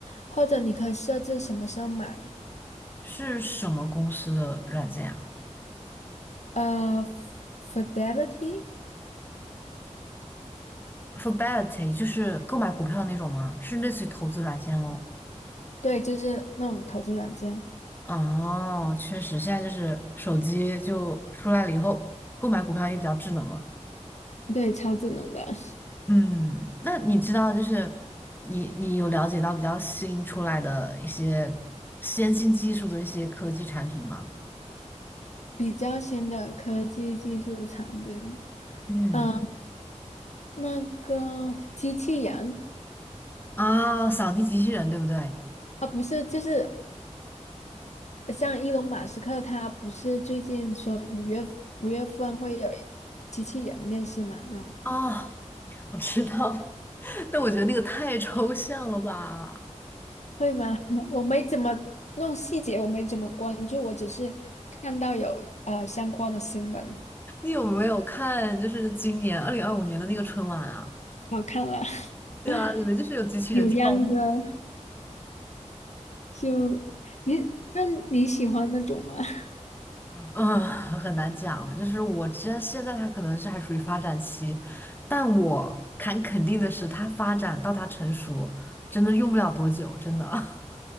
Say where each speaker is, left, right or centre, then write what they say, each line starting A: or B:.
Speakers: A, on the left (about 65°); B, on the left (about 15°).
A: 或者你可以设置什么时候买。
B: 是什么公司的软件啊
A: 呃，Fidelity，yeah，Fidelity。
B: ？Fidelity 就是购买股票那种吗？是类似于投资软件咯。
A: 对，就是那种投资软件，
B: 哦，确实，现在就是手机就出来了以后，购买股票也比较智能了。
A: 对，超智能的。<laughs>
B: 嗯，那你知道就是你你有了解到比较新出来的一些先进技术的一些科技产品吗？
A: 比较新的科技技术产品。
B: 嗯，
A: 嗯，那个机器人
B: 啊，扫地机器人对不对？
A: 啊，不是，就是像伊隆马斯克，他不是最近说五月五月份会有机器人面试嘛？嗯，
B: 啊，<laughs> 我知道了 <laughs> 但我觉得那个太抽象了吧？
A: 会吗？<laughs> 我没怎么弄细节，我没怎么关注，我只是看到有呃相关的新闻。
B: 你有没有看就是今年二零二五年的那个春晚啊？
A: 我看了，<laughs>
B: 对啊，里面就是有机器人跳舞，
A: 扭秧歌就你，那你喜欢那种吗？<laughs>
B: 嗯，很难讲。就是我知道现在它可能是还处于发展期，但我敢肯定的是，它发展到它成熟，真的用不了多久，真的。<laughs>